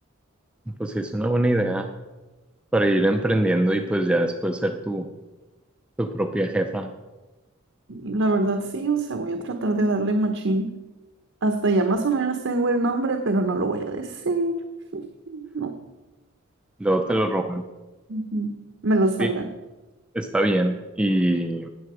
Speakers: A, in the centre; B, on the right.
A: Pues sí, es una buena idea para ir emprendiendo y pues ya después ser tu, tu propia jefa.
B: Y La verdad, sí, o sea, voy a tratar de darle machín. Hasta ya más o menos tengo el nombre, pero no lo voy a decir. <laughs> No.
A: Luego te lo roban.
B: Ujú. Me lo salan.
A: Sí, está bien. Y